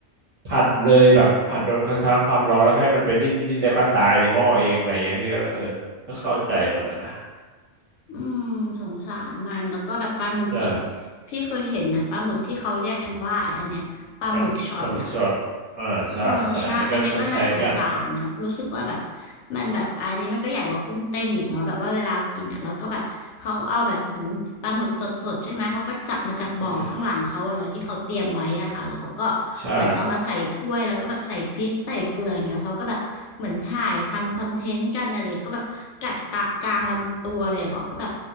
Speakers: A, on the right; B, on the left.
A: ผัดเลยแบบผัดโดนกระทะความร้อนแล้วให้มันไปดิ้นดิ้นแล้วก็ตายในหม้อเองอะไรอย่างเงี้ยพี่ก็เลยเออก็เข้าใจมันอะนะ
B: อืมสงสารมันแล้วก็แบบปลาหมึกอีก
A: ใช่
B: พี่เคยเห็นไหมปลาหมึกที่เขาเรียกกันว่าไอ้อันเนี้ยปลาหมึกช็อตอะ
A: ปลาปลาหมึกช็อตอ่าใช่ใช่อันนั้นก็คล้ายๆกัน
B: เออใช่ อันเนี้ยก็น่าสงสารนะรู้สึกว่าแบบมันแบบอันนี้มันก็ใหญ่กว่ากุ้งเต้นอีกเนาะแบบว่าเวลากินอ่ะแล้วก็แบบเขาเอาแบบเหมือนปลาหมึกสดๆใช่ไหมเขาก็จับมาจากบ่อข้างหลังเขาอะเนาะที่เขาเตรียมไว้อะค่ะแล้วเขาก็เหมือนเอามาใส่ถ้วยแล้วก็แบบใส่พริกใส่เกลืออย่างเงี้ยเขาก็แบบเหมือนถ่ายทำคอนเทนต์กันอะไรอย่างเงี้ยก็แบบกัดตะกลางลำตัวเลยแล้วก็แบบ
A: อืมใช่